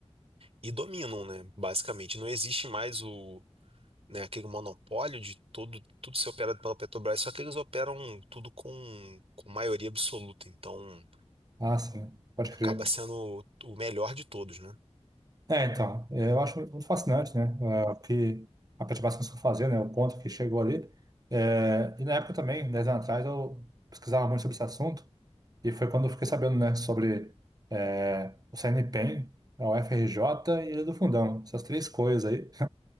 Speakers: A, on the right; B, on the right.
A: e dominam, né, basicamente. Não existe mais o, né, aquele monopólio de todo, tudo ser operado pela Petrobras, só que eles operam tudo com, com maioria absoluta, então
B: Ah, sim, pode
A: acaba
B: crer.
A: sendo o melhor de todos, né?
B: É, então, é, eu acho muito fascinante, né? é, O que a Petrobras conseguiu fazer, né? O ponto que chegou ali. É, e na época também, 10 anos atrás, eu pesquisava muito sobre esse assunto. E foi quando eu fiquei sabendo, né, sobre eh, o CNPq, a U F R J e a Ilha do Fundão, essas três coisas aí. <laughs>